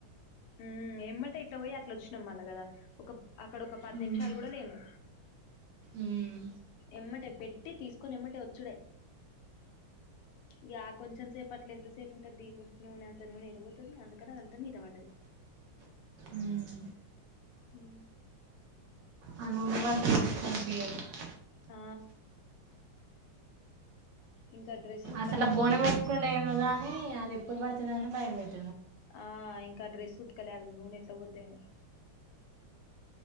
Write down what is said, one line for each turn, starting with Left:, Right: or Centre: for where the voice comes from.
Left: ఊ ఎమ్మటే ఇట్లా పోయి అట్లా వచ్చినం మళ్ళ కదా ఒక అక్కడ ఒక పది
Right: మ్మ్.
Left: నిమిషాలు కూడా లేము
Right: మ్మ్.
Left: ఎమ్మటే పెట్టి తీసుకొని ఎమ్మటే వచ్చుడే ఈగ కొంచెం సేపు అట్ల ఎంతసేపు ఉంటది దీపం నూనె అంత నూనె ఎడిపోతుంది అక్కడ అదంతా మీద పడ్డది
Right: మ్మ్.
Left: ఊ
Right: ఆ నూనె పడితే మంచిగా అనిపించదు
Left: ఆ ఇంకా డ్రెస్సు
Right: అసలు బోనం ఎత్తుకున్నాడు ఏమో గానీ అది ఎప్పుడు పడుతుంది అన్న భయం అయితుంది
Left: ఆ ఇంకా డ్రెస్ ఉతకలే నూనె ఎట్ల పోతుందో ఏమో